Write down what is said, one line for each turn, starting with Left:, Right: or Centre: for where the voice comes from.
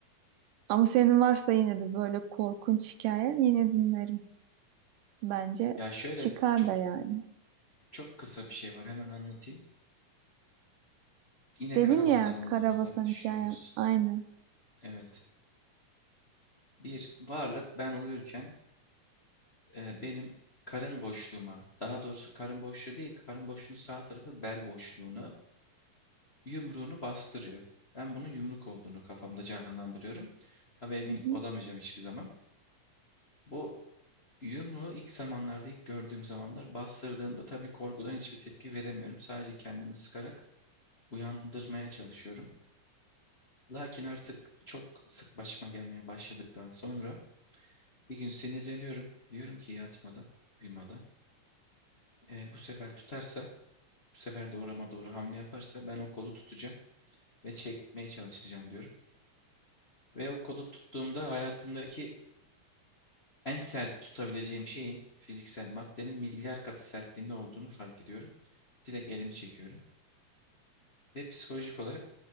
Right: Ama senin varsa yine de böyle korkunç hikayen yine dinlerim. Bence
Left: Ya şöyle
Right: çıkar
Left: çok
Right: da yani.
Left: çok kısa bir şey var hemen anlatayım. Yine
Right: Dedin
Left: Karabasan
Right: ya
Left: olduğunu
Right: Karabasan
Left: tabii düşünüyoruz.
Right: hikayem aynı.
Left: Evet. Bir varlık ben uyurken e, benim karın boşluğuma, daha doğrusu karın boşluğu değil, karın boşluğunun sağ tarafı bel boşluğunu, yumruğunu bastırıyor. Ben bunun yumruk olduğunu kafamda canlandırıyorum. Tabii emin
Right: Hı hı.
Left: olamayacağım hiçbir zaman. Bu Yumruğu ilk zamanlarda, ilk gördüğüm zamanlar bastırdığında tabii korkudan hiçbir tepki veremiyorum. Sadece kendimi sıkarak uyandırmaya çalışıyorum. Lakin artık çok sık başıma gelmeye başladıktan sonra bir gün sinirleniyorum. Diyorum ki yatmadan, uyumadan. "E, bu sefer tutarsa, bu sefer doğrama doğru hamle yaparsa ben o kolu tutacağım ve çekmeye çalışacağım diyorum. Ve o kolu tuttuğumda hayatımdaki en sert tutabileceğim şeyin, fiziksel maddenin milyar katı sertliğinde olduğunu fark ediyorum. Direkt elimi çekiyorum. Ve psikolojik olarak